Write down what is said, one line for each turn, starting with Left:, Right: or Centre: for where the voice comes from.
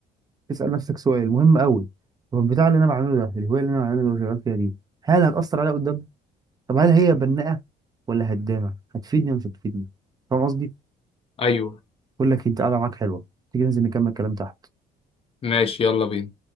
Right: اسال نفسك سؤال مهم قوي هو البتاع اللي انا بعمله ده الهوايه اللي انا بعمله اللي شغال فيها دي هل هتاثر عليا قدام طب هل هي بناءه ولا هدامه هتفيدني ولا مش هتفيدني فاهم قصدي
Left: ايوه
Right: بقول لك انت قاعده معاك حلوه تيجي ننزل نكمل كلام تحت
Left: ماشي يلا بينا